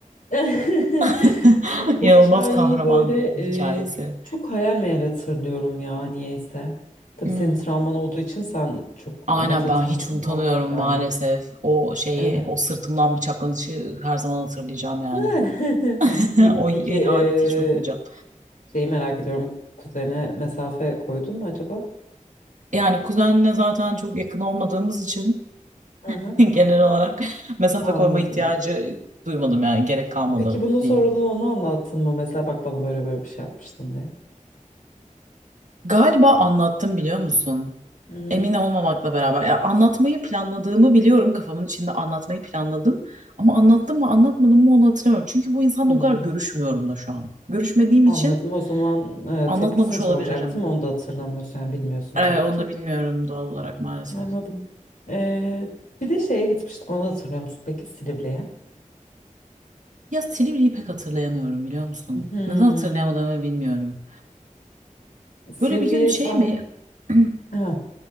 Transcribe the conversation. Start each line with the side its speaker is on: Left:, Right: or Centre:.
Left: <laughs>
Right: <laughs>
Left: Ben
Right: İnanılmaz
Left: bu hikayeyi
Right: kahraman
Left: böyle
Right: hikayesi.
Left: e, çok hayal meyal hatırlıyorum ya niyeyse. Tabii
Right: Hmm.
Left: senin travman olduğu için sen çok
Right: Aynen
Left: net hatırlaman
Right: ben hiç unutamıyorum
Left: normal
Right: maalesef.
Left: yani.
Right: O şeyi,
Left: Evet.
Right: o sırtımdan bıçaklanışı her zaman hatırlayacağım yani.
Left: <laughs>
Right: <laughs>
Left: İyi,
Right: O ihaneti
Left: peki e,
Right: hiç unutmayacağım.
Left: şeyi merak ediyorum. Kuzene mesafe koydun mu acaba?
Right: Yani kuzenle zaten çok yakın olmadığımız için
Left: Aha,
Right: <laughs> genel olarak mesafe
Left: anladım.
Right: koyma ihtiyacı duymadım yani gerek kalmadı
Left: Peki bunu
Right: diyeyim.
Left: sonradan ona anlattın mı? Mesela bak bana böyle böyle bir şey yapmıştın diye.
Right: Galiba anlattım biliyor musun?
Left: Hı hı.
Right: Emin olmamakla beraber. Ya anlatmayı planladığımı biliyorum. Kafamın içinde anlatmayı planladım. Ama anlattım mı anlatmadım mı onu hatırlamıyorum. Çünkü bu insanla
Left: Hmm,
Right: o kadar görüşmüyorum da şu an. Görüşmediğim
Left: anladım.
Right: için
Left: O zaman e,
Right: anlatmamış
Left: tepkisini soracaktım.
Right: olabilirim.
Left: Onu da hatırlamıyorsun yani bilmiyorsun
Right: Ee,
Left: tabii
Right: onu
Left: ki.
Right: da bilmiyorum doğal olarak maalesef.
Left: Anladım. Ee, bir de şeye gitmiştik onu hatırlıyor musun? Peki Silivri'ye.
Right: Ya Silivri'yi pek hatırlayamıyorum biliyor musun?
Left: Hmm.
Right: Neden hatırlayamadığımı bilmiyorum.
Left: Silivri'ye
Right: Böyle bir gün şey
Left: sen...
Right: mi? <clears throat>
Left: Ha,